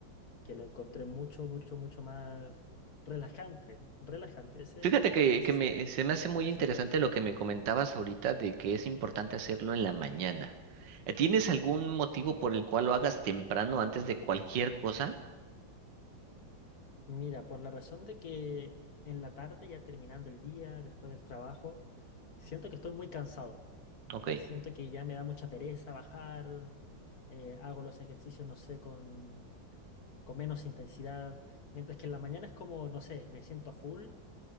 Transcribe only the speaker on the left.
que lo encontré mucho, mucho, mucho más relajante, relajante, ese,
ese
es
el
concepto.
Mira, por la razón de que en la tarde, ya terminando el día, después del trabajo, siento que estoy muy cansado,
siento que ya me da mucha pereza bajar, eh, hago los ejercicios, no sé, con con menos intensidad, mientras que en la mañana es como, no sé, me siento a full